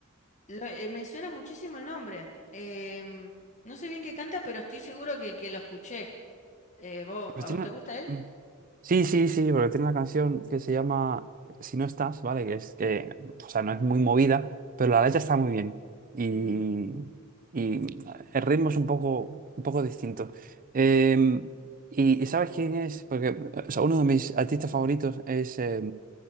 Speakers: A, on the left (about 35°); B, on the right (about 40°).
A: Lo- eh, me suena muchísimo el nombre. Em, no sé bien qué canta, pero estoy seguro que, que lo escuché. Eh, ¿vo-
B: Pues
A: a
B: tiene-
A: vos te gusta él?
B: mm, Sí, sí, sí, porque tiene una canción que se llama Si no estás, ¿vale? Que es que, o sea, no es muy movida, pero la letra está muy bien. Y,
A: Mm,
B: y el ritmo es un poco, un poco distinto. Eh, y, y ¿sabes quién es? Porque, o sea, uno de mis artistas favoritos es, eh,